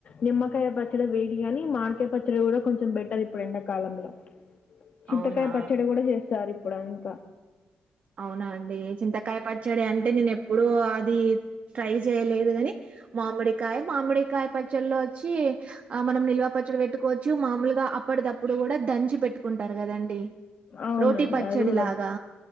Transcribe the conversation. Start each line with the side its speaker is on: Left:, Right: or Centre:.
Left: నిమ్మకాయ పచ్చడి వేడిగాని మాడికాయ పచ్చడి కూడా కొంచెం బెటర్ ఇప్పుడు ఎండాకాలంలో. చింతకాయ
Right: అవునా!
Left: పచ్చడి కూడా చేస్తారు ఇప్పుడు అంతా
Right: అవునా అండి చింతకాయ పచ్చడి అంటే నేను ఎప్పు ప్పుడు అది ట్రై చేయలేదు గాని. మామిడికాయ మామిడికాయ పచ్చల్లో వచ్చీ ఆ మనం నిల్వ పచ్చడి పెట్టుకోవచ్చు. మామలుగా అప్పటిదప్పుడు కూడా దంచి పెట్టుకుంటారు కదండి.
Left: అవునండి
Right: రోటీ పచ్చడిలాగా
Left: అది కూడా